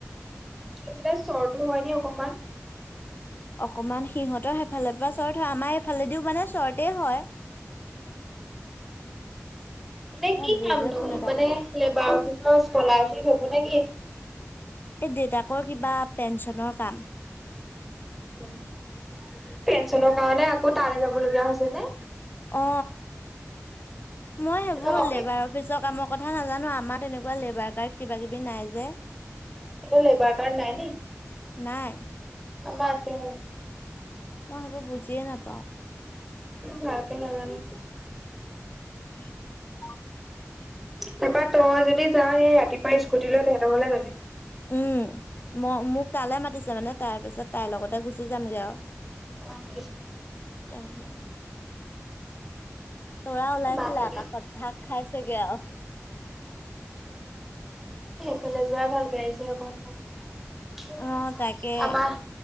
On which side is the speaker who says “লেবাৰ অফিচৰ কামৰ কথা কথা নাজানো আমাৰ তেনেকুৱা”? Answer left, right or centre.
Left